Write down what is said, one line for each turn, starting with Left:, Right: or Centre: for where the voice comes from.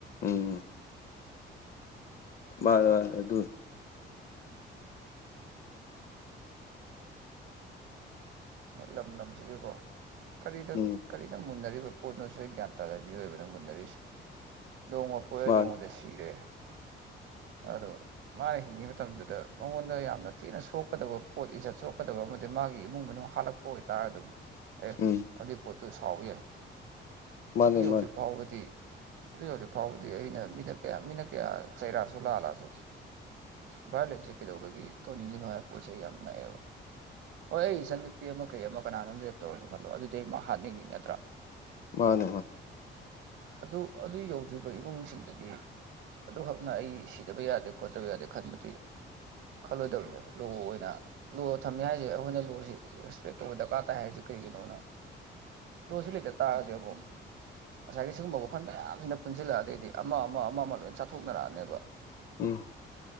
Left: ꯎꯝ ꯃꯥꯔꯔ ꯑꯗꯨ
Right: ꯂꯝ ꯂꯝꯁꯤꯒꯤꯀꯣ ꯀꯔꯤꯗ
Left: ꯎꯝ
Right: ꯀꯔꯤꯅ ꯃꯨꯟꯅꯔꯤꯕ ꯄꯣꯠꯅꯣꯁꯨ ꯑꯩ ꯒ꯭ꯌꯥꯟ ꯇꯥꯔ ꯃꯤꯑꯣꯏꯕꯅ ꯃꯨꯟꯅꯔꯤꯁꯦ ꯅꯣꯡꯃ ꯀꯣꯏꯔ
Left: ꯃꯥꯅꯦ
Right: ꯅꯉꯣꯟꯗ ꯁꯤꯔꯦ ꯑꯗꯣ ꯃꯥꯅ ꯍꯤꯡꯉꯤꯕ ꯃꯇꯝꯗꯨꯗ ꯃꯉꯣꯟꯗ ꯌꯥꯝꯅ ꯊꯤꯅ ꯁꯣꯛꯀꯗꯕ ꯄꯣꯠ ꯏꯖꯠ ꯁꯣꯛꯀꯗꯕ ꯑꯃꯗꯤ ꯃꯥꯒꯤ ꯏꯃꯨꯡ ꯃꯅꯨꯡ ꯍꯥꯜꯂꯛꯄ ꯑꯣꯏꯇꯥꯔꯦ ꯑꯗꯨꯝ ꯑꯦ
Left: ꯎꯝ
Right: ꯑꯗꯨꯏ ꯄꯣꯠꯇꯨ ꯁꯥꯎ ꯌꯥꯏ
Left: ꯃꯥꯅꯦ
Right: ꯑꯗꯨ ꯌꯧꯗ꯭ꯔꯤ
Left: ꯃꯥꯅꯦ
Right: ꯐꯥꯎꯕꯗꯤ ꯍꯧꯖꯤꯛ ꯍꯧꯖꯤꯛ ꯐꯥꯎꯕꯗꯤ ꯑꯩꯅ ꯃꯤꯅ ꯀꯌꯥ ꯃꯤꯅ ꯀꯌꯥ ꯆꯩꯔꯛꯁꯨ ꯂꯥꯛꯂꯑꯁꯨ ꯚꯥꯏꯌꯣꯂꯦꯟꯁꯦ ꯀꯩꯗꯧꯕꯒꯤ ꯊꯅꯤꯡꯒꯤꯅꯣꯄꯣꯁꯦ ꯌꯥꯝ ꯅꯨꯡꯥꯏꯌꯦꯕ ꯍꯣꯏ ꯑꯩ ꯆꯛꯇꯤ ꯑꯃ ꯀꯩ ꯑꯃ ꯀꯅꯥꯅ ꯑꯃ ꯔꯦꯞ ꯇꯧꯔꯅ ꯈꯜꯂꯣ ꯑꯗꯨꯗꯤ ꯑꯩ ꯃꯥ ꯍꯥꯠꯅꯤꯡꯉꯤ ꯅꯠꯇ꯭ꯔꯥ
Left: ꯃꯥꯅꯦ ꯃꯥ
Right: ꯑꯗꯨ ꯑꯗꯨ ꯌꯧꯗ꯭ꯔꯤꯕ ꯏꯃꯨꯡꯁꯤꯡꯗꯗꯤ ꯑꯗꯨꯈꯛꯅ ꯑꯩ ꯁꯤꯗꯕ ꯌꯥꯗꯦ ꯈꯣꯠꯇꯕ ꯌꯥꯗꯦ ꯈꯟꯕꯗꯤ ꯈꯜꯂꯣꯏꯗꯕꯅꯦꯕ ꯂꯣ ꯑꯣꯏꯅ ꯂꯣ ꯊꯝꯃꯤ ꯍꯥꯏꯁꯦ ꯑꯩꯈꯣꯏꯅ ꯂꯣꯁꯤ ꯔꯦꯁꯄꯦꯛ ꯇꯧꯕ ꯗꯔꯀꯥꯔ ꯇꯥꯏ ꯍꯥꯏꯁꯦ ꯀꯔꯤꯒꯤꯅꯣꯅ ꯂꯣꯁꯤ ꯂꯩꯇ ꯇꯥꯔꯒꯗꯤ ꯑꯃꯛ ꯉꯁꯥꯏꯒꯤ ꯁꯤꯒꯨꯝꯕ ꯋꯥꯈꯜ ꯃꯌꯥꯝꯁꯤꯅ ꯄꯨꯟꯁꯤꯜꯂꯛꯑ ꯑꯗꯩꯗꯤ ꯑꯃ ꯑꯃ ꯑꯃ ꯂꯣꯏ ꯆꯥꯊꯣꯛꯅꯔꯛꯑꯅꯦꯕ
Left: ꯎꯝ